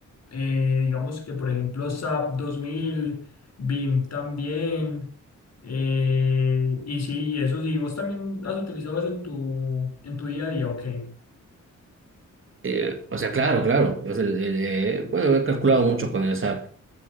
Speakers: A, on the left; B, on the right.
A: eh, digamos que por ejemplo SAP 2000, BIM también, eh, y sí, y eso sí, vos también has utilizado eso en tu, en tu día a día, ok,
B: Eh, o sea, claro, claro. O sea, el- el, eh, bueno, he calculado mucho con el SAP.